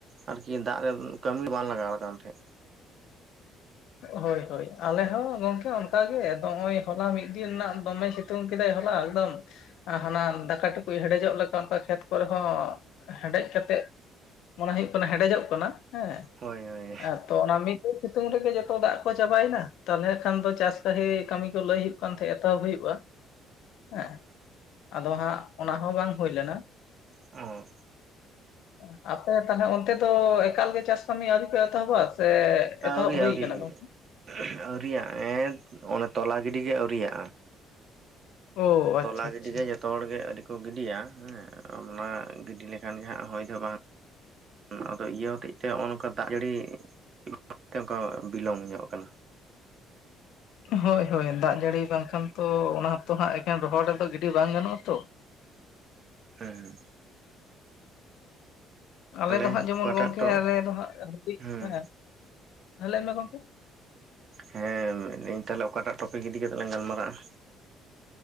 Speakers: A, on the right (about 45°); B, on the left (about 75°).
A: ᱟᱨᱠᱤ ᱫᱟᱜ ᱨᱮ ᱠᱟᱹᱢᱤ ᱵᱟᱝ ᱞᱟᱜᱟᱣ ᱠᱟᱱ ᱛᱟᱦᱮᱸᱫ
B: ᱦᱳᱭ ᱦᱳᱭ ᱟᱞᱮ ᱦᱚᱸ ᱜᱚᱝᱠᱮ ᱚᱱᱠᱟᱜᱮ ᱱᱚᱜᱚᱭ ᱦᱚᱞᱟ ᱢᱤᱫ ᱫᱤᱱ ᱨᱮᱱᱟᱜ ᱫᱚᱢᱮ ᱥᱤᱛᱩᱝ ᱥᱤᱛᱩᱝ ᱠᱮᱫᱟᱭ ᱦᱚᱞᱟ ᱮᱠᱫᱚᱢ ᱦᱟᱱᱟ ᱫᱟᱠᱟ ᱴᱩᱠᱩᱡ ᱦᱮᱰᱮᱡᱚᱜ ᱞᱮᱠᱟ ᱚᱱᱠᱟ ᱠᱷᱮᱛ ᱠᱚᱨᱮ ᱦᱚᱸ ᱦᱮᱰᱮᱡ ᱠᱟᱛᱮ ᱢᱚᱱᱮ ᱦᱩᱭᱩᱜ ᱠᱟᱱᱟ ᱦᱮᱰᱮᱡᱚᱜ ᱠᱟᱱᱟ ᱦᱮᱸ
A: ᱦᱳᱭ ᱦᱳᱭ
B: ᱮ ᱛᱚ ᱚᱱᱟ ᱢᱤᱫ ᱫᱤᱱ ᱥᱤᱛᱩᱝ ᱨᱮᱜᱮ ᱚ ᱫᱟᱜ ᱠᱚ ᱪᱟᱵᱟᱭᱮᱱᱟ ᱛᱟᱦᱚᱞᱮ ᱠᱷᱟᱱ ᱫᱚ ᱪᱟᱥ ᱠᱟᱦᱤ ᱠᱟᱹᱢᱤ ᱠᱚ ᱞᱟᱹᱭ ᱦᱩᱭᱩᱜ ᱠᱟᱱ ᱛᱟᱦᱮᱸ ᱮᱛᱚᱦᱚᱵ ᱦᱩᱭᱩᱜᱼᱟ᱾ ᱦᱮᱸ ᱟᱫᱚ ᱦᱟᱸᱜ ᱚᱱᱟ ᱦᱚᱸ ᱵᱟᱝ ᱦᱩᱭ ᱞᱮᱱᱟ
A: ᱚ
B: ᱮᱸ ᱟᱹᱯᱮ ᱛᱟᱦᱚᱞᱮ ᱚᱱᱛᱮ ᱫᱚ ᱮᱠᱟᱹᱞ ᱜᱮ ᱪᱟᱥ ᱠᱟᱹᱢᱤ ᱟᱹᱣᱨᱤᱯᱮ ᱮᱛᱚᱦᱚᱵᱟ? ᱥᱮ ᱮᱛᱚᱦᱚᱵ
A: ᱟᱹᱣᱨᱤ
B: ᱦᱩᱭ
A: ᱟᱹᱣᱨᱤ
B: ᱠᱟᱱᱟ ᱜᱚᱝᱠᱮ
A: ᱚᱱ ᱛᱚᱞᱟ ᱜᱤᱰᱤ ᱜᱮ ᱟᱹᱣᱨᱤᱜᱼᱟ
B: ᱚ ᱟᱪᱪᱷᱟ
A: ᱛᱚᱞᱟ
B: ᱟᱪᱪᱷᱟ
A: ᱜᱤᱰᱤ ᱜᱮ ᱡᱚ ᱡᱚᱛᱚ ᱦᱚᱲ ᱜᱮ ᱟᱹᱣᱨᱤ ᱠᱚ ᱜᱤᱰᱤᱭᱟ, ᱦᱮᱸ ᱚᱱᱟ ᱜᱤᱰᱤ ᱞᱮᱠᱷᱟᱱ ᱜᱮ ᱦᱟᱹᱜ ᱦᱳᱭ ᱫᱚ ᱵᱟᱝ ᱟᱫᱚ ᱤᱭᱟᱹ ᱦᱚᱛᱮᱡ ᱛᱮ ᱱᱚᱜ ᱱᱚᱝᱠᱟ ᱫᱟᱜ ᱡᱟᱲᱤ <inaudible> ᱵᱤᱞᱚᱢ ᱧᱚᱜ ᱟᱠᱟᱱᱟ᱾
B: ᱦᱳᱭ ᱦᱳᱭ ᱫᱟᱜ ᱡᱟᱹᱲᱤ ᱵᱟᱝᱠᱷᱟᱱ ᱛᱚ ᱚᱱᱟ ᱦᱚᱛᱚ ᱦᱟᱸᱜ ᱮᱠᱮᱱ ᱨᱚᱦᱚᱲ ᱨᱮᱫᱚ ᱜᱤᱰᱤ ᱵᱟᱝ ᱜᱟᱱᱚᱜᱼᱟ ᱛᱚ,
A: ᱦᱮᱸ
B: ᱟᱞᱮ
A: ᱛᱟᱦᱚᱞᱮ
B: ᱫᱚ ᱦᱟᱹᱜ ᱡᱮᱢᱚᱱ
A: ᱚᱠᱟᱴᱟᱜ
B: ᱜᱚᱝᱠᱮ
A: ᱴᱚ
B: ᱟᱞᱮ ᱫᱚ <unintelligible>
A: ᱦᱩᱸ
B: ᱞᱟᱹᱭ ᱢᱮ ᱜᱚᱢᱠᱮ᱾
A: ᱦᱮᱸ ᱛᱟᱦᱚᱞᱮ ᱢᱮᱱᱫᱤᱧ ᱚᱠᱟᱴᱟᱜ ᱴᱚᱯᱤᱠ ᱤᱫᱤ ᱠᱟᱛᱮᱜ ᱞᱟᱝ ᱜᱟᱞᱢᱟᱨᱟᱜᱼᱟ?